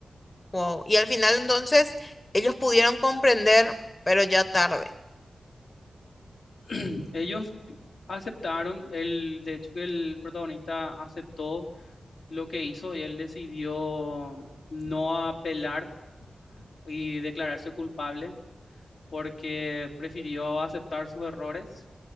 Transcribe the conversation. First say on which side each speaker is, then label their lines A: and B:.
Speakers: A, on the left; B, on the left.
A: Wow. Y al final entonces ellos pudieron comprender, pero ya tarde.
B: <clears throat> Ellos aceptaron, el, de hecho que el protagonista aceptó lo que hizo y él decidió no apelar y declararse culpable porque prefirió aceptar sus errores